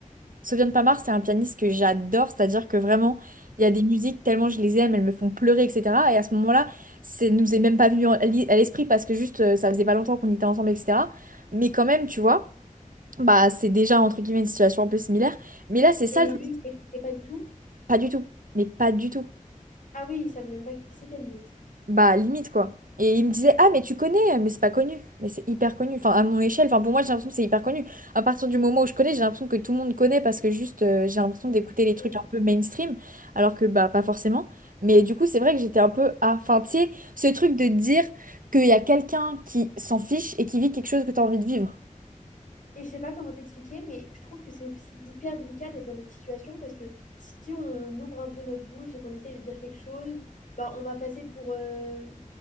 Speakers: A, on the right (about 80°); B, on the left (about 70°).
A: Sofiane Pamart, c'est un pianiste que j'adore, c'est-à-dire que vraiment, il y a des musiques tellement je les aime, elles me font pleurer, etc. Et à ce moment-là, ça nous est même pas venu en- à l'esprit parce que juste, euh, ça faisait pas longtemps qu'on était ensemble, etc. Mais quand même, tu vois, bah c'est déjà entre guillemets une situation un peu similaire. Mais là, c'est ça
B: Et
A: le truc.
B: lui, il n'écoutait pas du tout.
A: Pas du tout. Mais pas du tout.
B: Ah oui, il savait même pas qui c'était, limite.
A: Bah, limite, quoi. Et il me disait, ah, mais tu connais, mais c'est pas connu. Mais c'est hyper connu. Enfin, à mon échelle, enfin, pour moi, j'ai l'impression que c'est hyper connu. À partir du moment où je connais, j'ai l'impression que tout le monde connaît parce que juste, euh, j'ai l'impression d'écouter les trucs
B: Mm.
A: un peu mainstream, alors que, bah, pas forcément. Mais du coup, c'est vrai que j'étais un peu, ah, enfin, tu sais, ce truc de dire qu'il y a quelqu'un qui s'en fiche et qui vit quelque chose que t'as envie de vivre.
B: Et je sais pas comment t'expliquer, mais je trouve que c'est aussi hyper délicat d'être dans notre situation parce que si on ouvre un peu notre bouche et qu'on essaye de dire quelque chose, bah on va passer pour, euh,